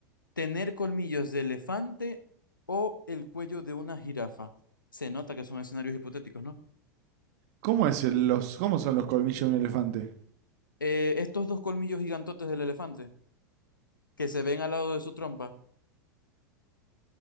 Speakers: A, on the left; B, on the right.
A: ¿Tener colmillos de elefante o el cuello de una jirafa? Se nota que son escenarios hipotéticos, ¿no?
B: ¿Cómo es el- los, cómo son los colmillos de un elefante?
A: Eh, estos dos colmillos gigantotes del elefante que se ven al lado de su trompa,